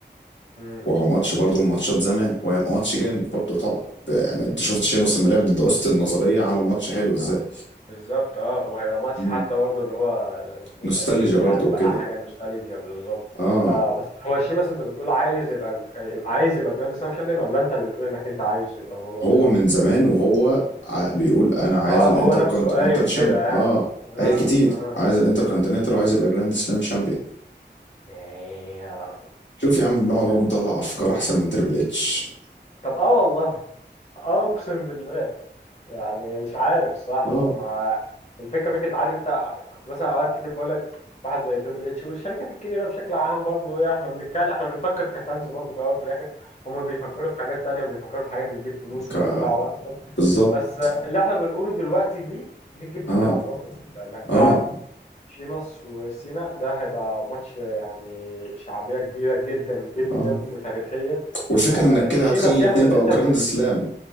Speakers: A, on the left; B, on the left.
A: مم.
B: وهو ماتش برضه من ماتشات زمان وهيبقى ماتش جامد برضه طبعا يعني انت شفت شيمس لما لعب ضد اوستن النظريه عمل ماتش حلو ازاي
A: آه، بالظبط اه وهيبقى ماتش
B: مم.
A: حتى برضه اللي هو زي ما تقول
B: نوستالجيا
A: قديم يعني
B: برضه وكده
A: بقى حاجه نوستالجيا بالظبط
B: اه
A: آه بس هو شيماس انت بتقول عايز يبقى يبقى عايز يبقى جراند سلام شامبيون ولا انت اللي بتقول انك انت عايز يبقى هو
B: هو
A: جراند
B: من زمان وهو ع- بيقول انا عايز
A: اه
B: الانتر
A: هو نفسه
B: كونتيننتال
A: قايل كده
B: شامبيون
A: يعني
B: اه
A: اه
B: قال كتير
A: اه
B: عايز
A: اه
B: الانتر كونتيننتال وعايز يبقى جراند سلام شامبيون
A: ياه.
B: شوف
A: ممكن
B: يا عم بنقعد
A: دي حاجه
B: اهو بنطلع افكار احسن من تريبل اتش
A: طب اه والله اه اقسم بالله يعني مش عارف صراحة
B: اه
A: ما الفكرة فكرة عارف انت كنت مثلا اوقات كتير بقول لك واحد زي تريبل اتش والشركات الكبيرة بشكل عام برضو ايه احنا بنتكلم احنا بنفكر كفانز برضو في الاول وفي الاخر هما بيفكروا في حاجات تانية وبيفكروا في حاجات اللي تجيب فلوس
B: ك...
A: وتجيب تفاعل اكتر
B: بالظبط
A: بس بالظبط اللي احنا بنقوله دلوقتي دي دي تجيب تفاعل
B: اه
A: برضو لانك
B: اه
A: تلعب شيماس وسينا ده هيبقى ماتش يعني شعبية كبيرة جدا جدا
B: اه
A: وتاريخية
B: والفكره
A: آه
B: انك
A: ان
B: كده
A: <laughs> شيماس
B: هتخلي الاتنين
A: ياخد الانتر
B: بقوا جراند سلام